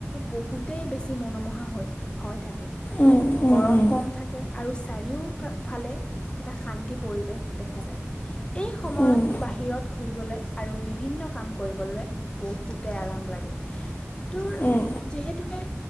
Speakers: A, on the left (about 20°); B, on the left (about 35°).
A: বহুতেই বেছি মনোমোহা হৈ হৈ থাকে
B: উম উম
A: গৰম
B: উম
A: কম থাকে আৰু চাৰিও ফালে এটা শান্তি পৰিৱেশ দেখা যায়। এই সময়ত
B: উম
A: বাহিৰত ঘূৰিবলৈ। আৰু বি। ভিন্ন কাম কৰিবলে বহুতে আৰাম লাগে। তোৰ
B: উম
A: যিহেতুকে